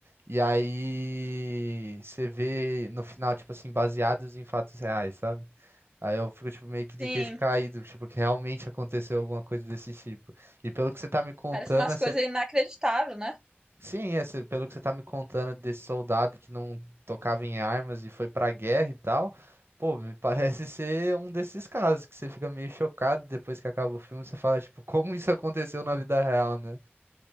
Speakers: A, on the right; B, on the right.
A: E aí você vê no final, tipo assim, baseados em fatos reais, sabe? Aí eu fico, tipo, meio que de
B: sim
A: queixo caído, tipo, que realmente aconteceu alguma coisa desse tipo. E pelo que você tá me contando,
B: parece umas coisas inacreditáveis, né?
A: Sim, esse, pelo que você tá me contando desse soldado que não tocava em armas e foi pra guerra e tal, pô, me <laughs> parece ser um desses casos que você fica meio chocado depois que acaba o filme, você fala, tipo, como isso aconteceu na vida real, né?